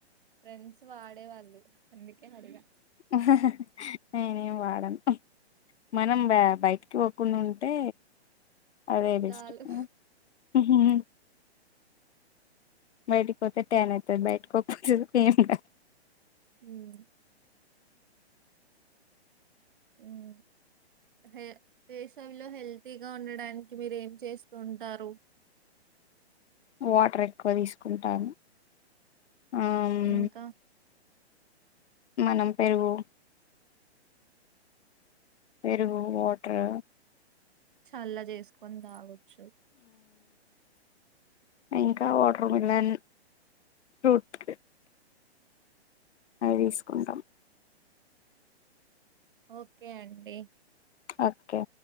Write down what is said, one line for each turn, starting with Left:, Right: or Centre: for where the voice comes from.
Right: ఫ్రెండ్స్ వాడేవాళ్ళు అందుకే అడిగా
Left: ఆహ్హ్ ఆహ్హ్ హ్ నేనేమ్ వాడను హ్ మనమ్ బయ్ బయట్కి పోకుండా ఉంటే అదే బెస్ట్
Right: చాలు
Left: ఇహ్హ్ ఇహ్హ్ బయట్కి పోతే టాన్ అయితరు, బయట్కిపోకపోతే ఎంగామ్.
Right: ఉమ్ ఉమ్ హే వేసివిలో హెల్తీగా ఉండడాన్కి మీరు ఏం చేస్తూ ఉంటారు.
Left: వాటర్ ఎక్కువ తీస్కుంటాను. ఆ మ్
Right: ఇంకా
Left: మనం పెరుగు పెరుగు వాటర్
Right: చల్లా చేస్కో కోన్ తాగొచ్చు
Left: ఇంకా వాటర్ మిలన్ ఫ్రూట్ అవి తీస్కుంటామ్
Right: ఒకే అండి
Left: ఒకే